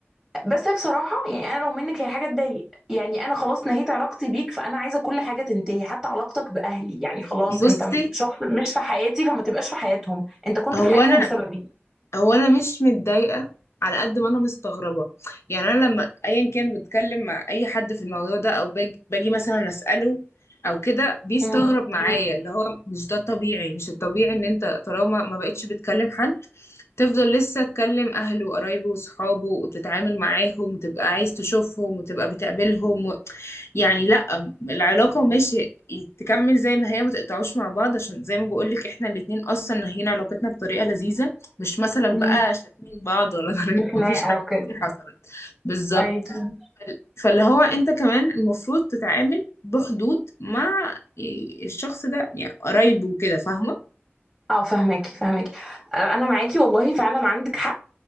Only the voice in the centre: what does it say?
بس هي بصراحة يعني أنا لو منك هي حاجة تضايق يعني أنا خلاص نهيت علاقتي بيك فأنا عايزة كل حاجة تنتهي حتى علاقتك بأهلي يعني خلاص
أنت م- شخص مش في حياتي فما تبقاش في حياتهم أنت كنت
في حياتهم
بسببي
امم
امم
امم
خناقة
وكده
أيوة تمام
اه فهماكي فهماكي آه، انا معاكي والله فعلا عندك حق